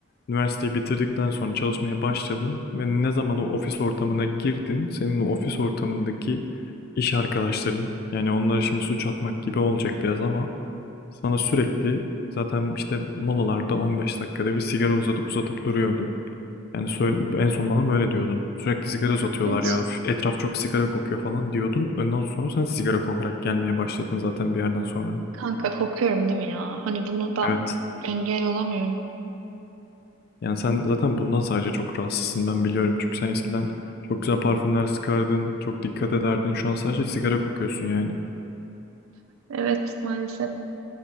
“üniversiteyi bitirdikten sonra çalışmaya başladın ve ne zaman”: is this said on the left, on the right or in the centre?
Left